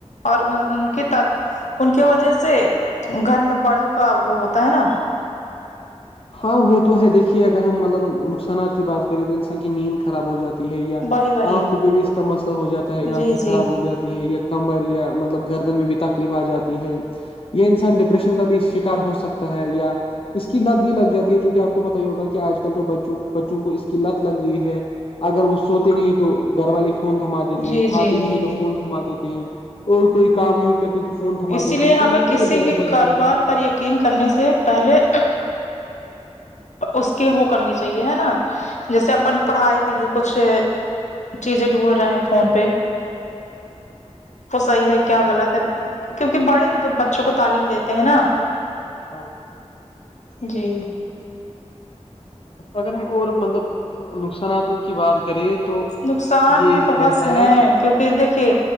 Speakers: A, on the left (about 90°); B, on the left (about 50°).
A: اور ان کی ان کی وجہ سے گھر میں بڑوں کا وہ ہوتا ہے نا
B: ہاں وہ تو ہے دیکھیے اگر ہم مطلب نقصانات کی بات کریں تو انسان کی نیند خراب ہو جاتی ہے یا
A: وہی وہی
B: آنکھوں پہ بھی اس کا مسئلہ ہو جاتا ہے
A: جی
B: آنکھیں
A: جی
B: خراب ہو جاتی ہے یا کمبر یا مطلب گردن میں بھی تکلیف آ جاتی ہے یہ انسان ڈپریشن کا بھی شکار ہو سکتا ہے یا اس کی لد بھی لگ جاتی ہے چونکہ آپ کو پت ہی ہوگا کہ آج کل تو بچوں بچوں کو اس کی لت لگ گئی ہے اگر وہ سوتے نہیں تو گھر والے فون تھما دیتے
A: جی
B: ہیں کھاتے
A: جی
B: نہیں
A: جی
B: تو فون تھما دیتے ہیں اور کوئی کام نہیں کرتے تو فون تھما
A: اسی
B: دیتے
A: لیے
B: ہیں
A: ہمیں
B: تو یہ تو
A: کسی
B: ایک غلط
A: بھی
B: بات
A: کاروبار
B: ہی ہے
A: پر یقین کرنے سے پہلے اس کی وہ کرنی چاہیے ہے نا جیسے اپن پڑھائی کے لیے کچھ چیزیں ڈھونڈ رہا ہیں فون پہ وہ صحیح ہے کہ کیا
B: ہاں
A: غلط ہے کیونکہ بڑے ہی تو بچوں کو تعلیم دیتے ہیں نا
B: ہ <unintelligible>
A: جی
B: اگر ہم اور مطلب نقصاناتوں کی بات کریں تو
A: نقصان
B: یہ
A: بھی بہت
B: رہتا
A: سے
B: ہے
A: ہیں
B: کہ
A: کیونکہ دیکھیے